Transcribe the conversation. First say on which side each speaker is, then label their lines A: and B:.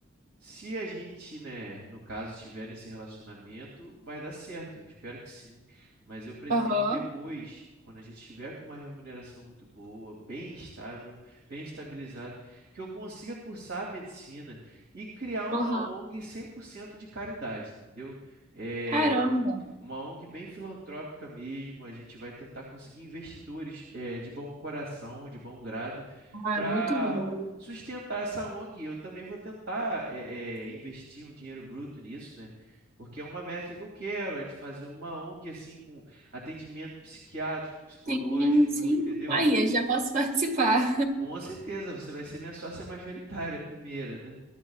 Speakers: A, on the right (about 70°); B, on the right (about 40°).
A: Se a gente, né, no caso, estiver nesse relacionamento, vai dar certo, eu espero que sim. Mas eu pretendo
B: aham,
A: depois, quando a gente estiver com uma remuneração muito boa, bem estável, bem estabilizada, que eu consiga cursar a medicina e criar uma
B: aham.
A: ONG 100% de caridade, entendeu? É,
B: Caramba.
A: uma ONG bem filantrópica mesmo, a gente vai tentar conseguir investidores eh, de bom coração, de bom grado,
B: Ah,
A: para
B: é muito bom.
A: sustentar essa ONG. Eu também vou tentar eh, eh, investir um dinheiro bruto nisso, né? Porque é uma meta que eu quero, é de fazer uma ONG assim com atendimento psiquiátrico, psicológico,
B: Sim, sim.
A: entendeu?
B: Aí, eu já posso participar.
A: Com certeza você vai ser minha sócia majoritária primeira, né?